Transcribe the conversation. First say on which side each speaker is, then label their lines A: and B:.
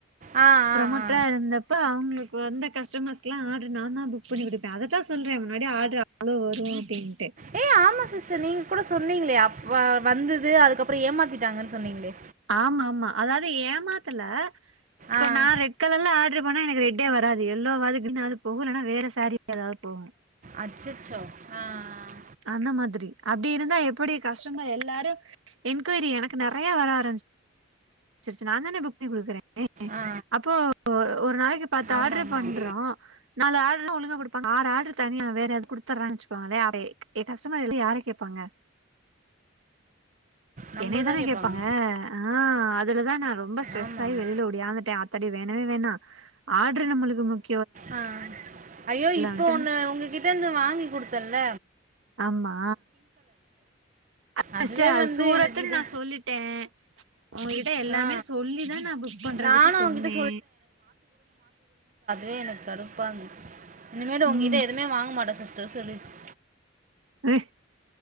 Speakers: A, on the right; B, on the right.
A: ஆ
B: ப்ரமோட்டரா
A: ஆ ஆ
B: இருந்தப்ப அவங்களுக் கு வந்த கஸ்டமர்ஸ்க்லா ஆர்டரு நான்தா புக் பண்ணி குடுப்பே. அதத்தா சொல்றே முன்னாடி ஆர்ட்ரு அவ்ளோ வரு அப்டின்
A: ஏ ஆமா சிஸ்டர் நீங்க கூட சொ ன்னிங்களே அப்ப வந்துது அதுக்கப்பறோ ஏமாத்திட்டாங்கன்னு சொன்னீங்களே.
B: ஆமா ஆமா அதாவது ஏமாத்துல இப்ப
A: ஆ
B: நா ரெட் கலர்ல ஆர்ட்ரு பண்ணா எனக்கு ரெட் டே வராது எல்லோவாது கிரீனாது போகு இல்லன்னா வேற சாரீ ஏதாவது போகு.
A: அச்சச்சோ ஆ ஆ
B: அந்த மாதிரி. அப்டி இருந்தா எப்படி கஸ்டமர் எல்லாரு என்கொயரி எனக்கு நெறைய வர ஆரம்பிச் சிருச்சு நாந்தான புக் பண்ணி குடுக்குறே. <inaudible>
A: ஆ
B: அப்போ ஒரு ஒரு நாளைக்கி பத்து
A: ஆமாம்
B: ஆர்டரு
A: ஆமாம்
B: பண்றோ நாலு ஆர்டருதா ஒழுங்கா குடுப்பாங்க ஆறு ஆர்டரு <inaudible> வேற எதா குடுத்தர்றாங்கன்னு வச்சுக் குவோ அது ஏன் கஸ்டமர் வந்து யார கேப்பாங்க?
A: நம்மள
B: என்னையதான
A: தான் கேட்பாங்க
B: கேப்பாங்க ஆ அ துலதா நா ரொம்ப ஸ்ட்ரெஸ்
A: ஆமாம்
B: ஆயி வெளில ஒடியாந்துட்டே ஆத்தாடி வேண் டவே வேண்டா ஆட்ரு நம்மளுக்கு முக்
A: ஆ ஐயோ இப்போ
B: வந்ட்டே
A: ஒன்னு உங்ககிட்ட இருந்து வாங்கி குடுத்தேன்ல
B: ஆமா ஃபர்ஸ்ட்டு
A: அதுவே
B: அது
A: வந்து
B: சூரத்துன்னு
A: எனக்கு இது
B: நா சொல்லிட்டே ஓங் கிட்ட எல்லாமே
A: ஆ
B: சொல்லிதா நா புக் பண்றதுக்கு
A: நானும்
B: சொன்னே
A: அவங்ககிட்ட வே எனக்கு கடுப்பா இருந்துது. இனிமேலு
B: ம்
A: உங்ககிட்ட எதுமே வாங்க மாட்ட சிஸ் டர்னு சொல்லிருச்சு.
B: ஹ